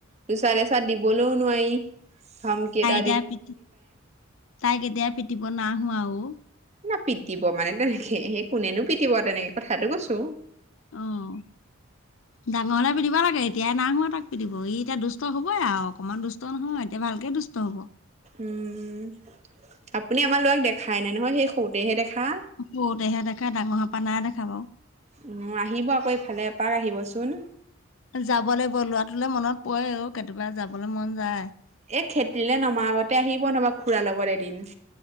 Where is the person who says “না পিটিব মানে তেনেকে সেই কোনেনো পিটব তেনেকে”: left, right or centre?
Right